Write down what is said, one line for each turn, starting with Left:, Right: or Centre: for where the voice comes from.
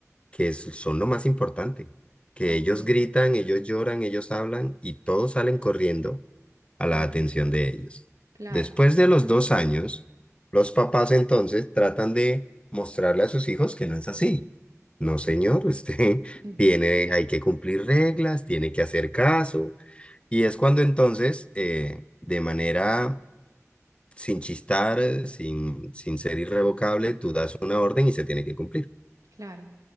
Left: que es- son lo más importante, que
Right: ok.
Left: ellos gritan, ellos lloran, ellos hablan y todos salen corriendo a la
Right: Ah,
Left: atención de ellos.
Right: claro,
Left: Después de los dos años, los papás entonces tratan de mostrarle a sus hijos que no es así. No, señor, usted <laughs>
Right: mm,
Left: tiene, hay que cumplir reglas, tiene que hacer caso. Y es cuando entonces, eh, de manera sin chistar, eh, sin, sin ser irrevocable, tú das una orden y se tiene que cumplir.
Right: claro.